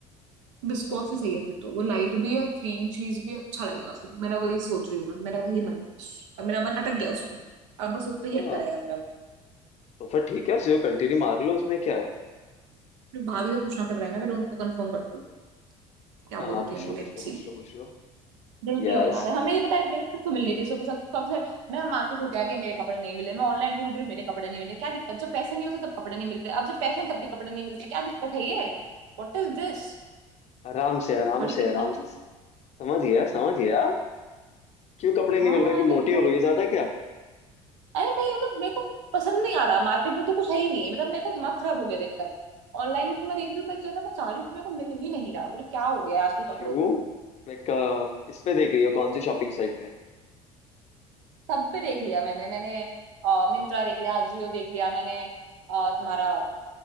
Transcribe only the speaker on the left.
ओह,
हाँ
तो फिर ठीक है उसे कंटिन्यू मार लो उसमें क्या है
हाँ
हाँ पूछ
लो
पूछ लो पूछ लो पूछ लो
यस
आराम से आराम
से आराम से समझ गया समझ गया क्यों कपड़े
नहीं मिल रहे क्यों
मोटी
हो गई हो ज्यादा क्या
क्यों
लाइक किस पे देख रही हो कौन सी शॉपिंग साइट पे